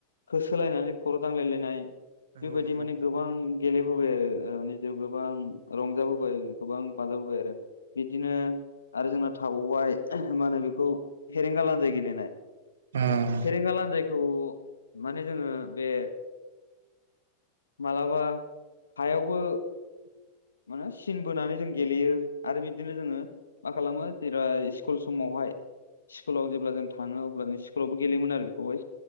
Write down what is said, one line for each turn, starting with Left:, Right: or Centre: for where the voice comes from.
Left: होसोलायनानै खर' दांलायलायनाय
Right: नंगौ
Left: बेबायदि
Right: नंगौ
Left: माने गोबां गेलेबोबाय आरो। ओ निजेआव गोबां रंजाबोबाय गोबां बाजाबोबाय आरो। बिदिनो आरो जोंना थाबावबाय मा होनो बेखौ फेरेंगा लानजाइ गेलेनाय
Right: उम
Left: फेरेंगा लान्जायखौ माने जोङो बे मालाबा हायावबो मानो सिन बोनानै जों गेलेयो आरो बिदिनो जोङो मा खालामो जेरा स्कुल समावहाय स्कुलाव जेब्ला जों थाङो अब्ला जों स्कुलावबो गेलेयोन आरो बेखौहाय।